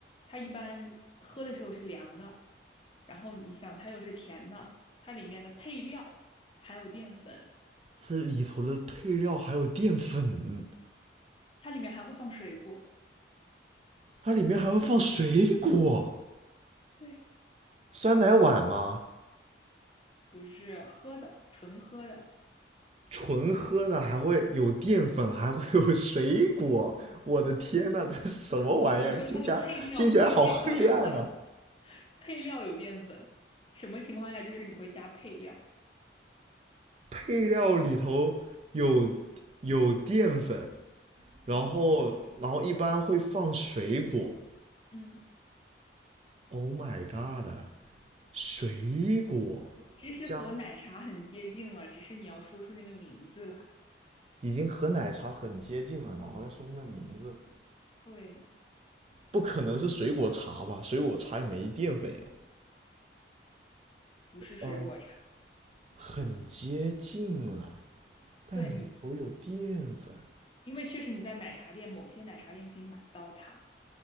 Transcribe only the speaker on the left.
它一般喝的时候是凉的，然后你想它又是甜的，它里面的配料还有淀粉，
它里面还会放水果，
对。
不是喝的，纯喝的。
我我说它的配料，
它的配料有淀粉，配料有淀粉，什么情况下就是你会加配料？
嗯嗯，
其实和奶茶很接近了，
只是你要说出那个名字来。
对，
不是水果茶。
对你，因为确实你在奶茶店，某些奶茶店可以买到它。